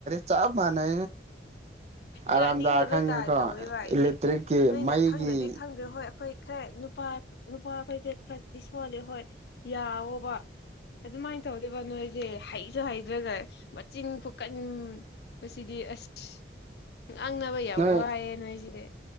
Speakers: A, on the right; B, on the left.
A: ꯆꯥꯞ ꯃꯥꯅ ꯑꯔꯥꯝꯗꯥꯔ
B: ꯌꯥꯅꯤꯡꯗꯕ
A: ꯈꯪꯉꯤꯀꯣ
B: ꯇꯥꯏ ꯇꯧꯔꯤꯕ
A: ꯏꯂꯦꯛꯇ꯭ꯔꯤꯛꯀꯤ
B: ꯅꯣꯏꯅ
A: ꯃꯩꯒꯤ
B: ꯈꯪꯗ꯭ꯔꯗꯤ ꯈꯪꯗ꯭ꯔꯦ ꯍꯣꯏ ꯑꯩꯈꯣꯏ ꯅꯨꯄꯥ ꯅꯨꯄꯥ ꯑꯩꯈꯣꯏꯁꯦ ꯈꯔꯥ ꯔꯗꯤ ꯁꯣꯜꯂꯤꯦ ꯍꯣꯏ ꯌꯥꯋꯣꯕ ꯑꯗꯨꯃꯥꯏꯅ ꯇꯧꯔꯤꯕ ꯅꯣꯏꯁꯦ ꯍꯩꯁꯨ ꯍꯩ ꯑꯗꯨꯒ ꯃꯆꯤꯟ ꯈꯣꯀꯟꯕꯁꯤꯗꯤ ꯑꯁ ꯉꯥꯡꯅꯕ ꯌꯥꯝ
A: ꯅꯣꯏ
B: ꯋꯥꯏꯑꯦ ꯅꯣꯏꯁꯤꯗꯤ꯫